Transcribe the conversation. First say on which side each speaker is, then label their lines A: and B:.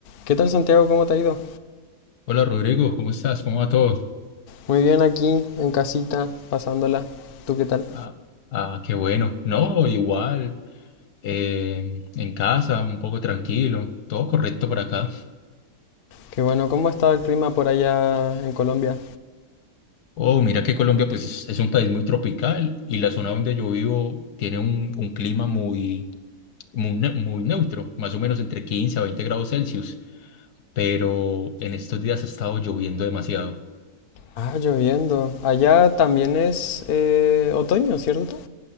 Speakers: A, on the left; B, on the left.
A: ¿Qué tal Santiago? ¿Cómo te ha ido?
B: Hola Rodrigo, ¿cómo estás? ¿Cómo va todo?
A: Muy bien aquí en casita, pasándola. ¿Tú qué tal?
B: Ah, ah, qué bueno. No, igual, eh, en casa, un poco tranquilo, todo correcto por acá.
A: Qué bueno, ¿cómo ha estado el clima por allá en Colombia?
B: Oh, mira que Colombia pues es, es un país muy tropical y la zona donde yo vivo tiene un, un clima muy, muy, neu- muy neutro, más o menos entre 15 a 20 grados Celsius, pero en estos días ha estado lloviendo demasiado.
A: Ah, lloviendo. Allá también es eh, otoño, ¿cierto?